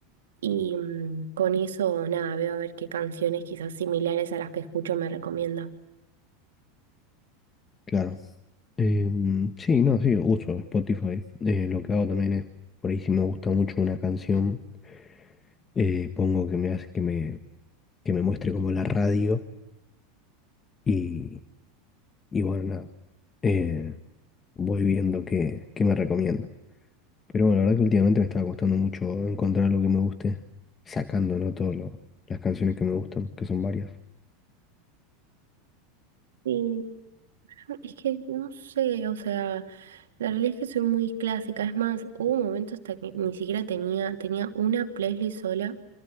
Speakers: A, on the right; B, on the left.
A: y mm, con eso nada, veo a ver qué canciones quizás similares a las que escucho me recomienda.
B: Claro. Em, sí, no, sí, uso Spotify. Eh, lo que hago también es, por ahí si me gusta mucho una canción, eh, pongo que me hace que me, que me muestre como la radio y, y bueno, nada. Eh, voy viendo qué, qué me recomienda. Pero bueno, la verdad que últimamente me estaba costando mucho encontrar algo que me guste, sacando, ¿no? Todas las canciones que me gustan, que son varias.
A: Y es que no sé, o sea... La realidad es que soy muy clásica, es más, hubo un momento hasta que ni siquiera tenía, tenía una playlist sola